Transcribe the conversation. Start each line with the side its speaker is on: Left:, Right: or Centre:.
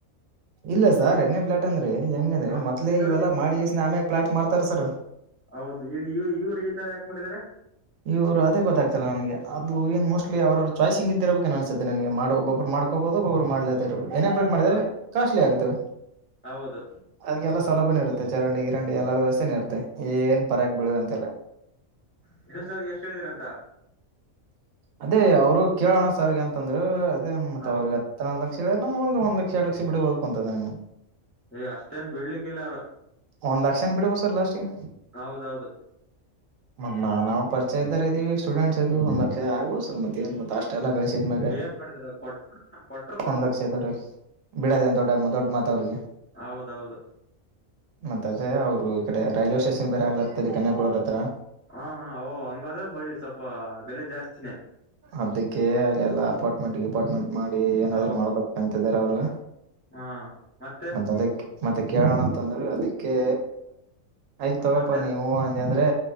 Right: ಇಲ್ಲ ಸಾರ್ ಎನ್ ಎ ಪ್ಲಾಟ್ ಅಂದ್ರೆ. ಹೆಂಗಂದ್ರೆ
Left: ಅವ್
Right: ಮೊದ್ಲೇ
Left: ಅವ್ರಿಗೆ
Right: ಇವೆಲ್ಲ
Left: ಎಷ್ಟ್-
Right: ಮಾಡಿಗೆಸ್ಸಿಂದ ಆಮೇಲೆ ಪ್ಲಾಟ್ ಮಾರತ. ತರ ಸರ.
Left: ಹೌದು ಇವ್ ಇವ್ ಇವ್ರು ಈ ತರ ಯಾಕೆ ಮಾಡಿದಾರೆ
Right: ಇವರು ಅದೇ ಗೊತ್ತಾಗ್ತಲ್ಲ ನನಗೆ ಅದು ಏನು ಮೋಸ್ಟ್ಲಿ ಅವರ ಚಾಯ್ಸಿಂಗ್ ಇದ್ದ ಇರಬೇಕಏ ಅನ್ಸುತ್ತೆ ನನ್ಗೆ ಮಾಡಿ ಒಬೊಬ್ರು ಮಾಡ್ಕೋಬೋದು ಒಬ್ರು ಮಾಡ್ಲಾರ್ದೆ ಇರ್ಬೇಕು. <unintelligible> ಮಾಡಿದ್ರೆ
Left: ಹ,
Right: ಕಾಸ್ಟ್ಲಿ ಆಗುತ್ತೆ,
Left: ಹೌದು
Right: ಅದಕ್ಕೆಲ್ಲ ಸೌಲಭ್ಯನ ಇರುತ್ತೆ ಚರಂಡಿಗೆ. <unintelligible> ಎಲ್ಲ ವ್ಯವಸ್ಥೆನೆ ಇರುತ್ತೆ. ಏನ್ ಪರಕ್ ಬೀಳೋ ಅಂತಿಲ್ಲ.
Left: <unintelligible> ಸರ್ ಎಷ್ಟ ಹೇಳಿದೀರಂತ.
Right: ಅದೇ, ಅವ್ರು ಕೇಳೋಣ ಸರ್‌ಗೆ ಅಂತಂದ್ರು. ಅದೇ ಮತ್ತ
Left: ಹೌದು
Right: ಅವ್ರಿಗತ್ತನ್ನೊಂದ್ ಲ ಸರಿ, ನಮ್ ಅವ್ವಂದು ಒಂದ್ ಲಕ್ಷ, ಎರೆಡು ಲಕ್ಷ ಬಿಡ್ಬೋದಪ್ಪ ಅಂತಂದೇನು.
Left: ಏ ಅಷ್ಟೇನ್ ಬಿಡ್ಲಿಕ್ಕಿಲ್ಲ ಅವ್ರ.
Right: ಒಂದ್ ಲಕ್ಷನ ಬಿಡ್ಬೋದ್ ಸರ್, ಲಾಸ್ಟಿಗೆ.
Left: ಹೌದೌದು.
Right: ಮತ್ತೆ ನಾವ ನಾವು ಪರಿಚಯ ಇದ್ದರ ಇದ್ದೀವಿ ಸ್ಟೂಡೆಂಟ್ಸ್ ಇದೀವಿ ಒಂದ. ಆಗ್ಬೋದ ಸರ್, ಮತ್ತೆ ಏನ್ ಮತ್ತು ಅಷ್ಟು. ಇಷ್ಟೆಲ್ಲಾ ಗಳ್ಸಿದ್ಮ್ಯಾಗ,
Left: ಏನ್ ಮಾಡಿದ್ರ ಕೊಟ್ರು ಕೊಟ್ರು ಕೊಡ್ಬೋದು
Right: ಒಂದ್ ಲಕ್ಷ ದೊಡ್ಡ ಬಿಡದ ಏನ್ ದೊಡ್ಡ ಮ ದೊಡ್ಡ ಮಾತು ಅವ್ರಿಗೆ.
Left: ಹೌದೌದು.
Right: ಮತ್ತದೆ ಅವರು ಈ ಕಡೆ ರೈಲ್ವೆ ಸ್ಟೇಷನ್ ಬೇರೆ ಆಗ್ಲತ್ತಲ್ಲಿ ಕನಾ ಕೋರ್ಟ್ ಹತ್ರ.
Left: ಹಾ ಹಾನ್ ಓ ಹಂಗಾದ್ರೆ ಬಳ್ಳಿ ಸ್ವಲ್ಪ. ಬೆಲೆ ಜಾಸ್ತಿನೇ.
Right: ಅದಕ್ಕೆ ಅಲ್ಲೆಲ್ಲ ಅಪಾರ್ಟ್ಮೆಂಟ್ಗೆ ಗಿಪಾರ್ಟ್ಮೆಂಟ್. ಮಾಡಿ ಏನಾದ್ರು
Left: ಹೌದು
Right: ಮಾಡ್ಕೊಬೇಕಂತ. ತ್ತಿದರ ಅವ್ರು.
Left: ಹಾ ಮತ್ತೆ.
Right: ಮತ್ತ ಅದಕ್ಕೆ ಮತ್ತೆ ಕೇಳೋಣ ಅಂತಂದ್ರೆ ಅದಕ್ಕೆ. ಆಯ್ತ್ ತಗೋಪ್ಪಾ,
Left: ಮತ್ತೇನ
Right: ನೀ ಹೂ ಅಂದ್ಯಾ ಅಂದ್ರೆ.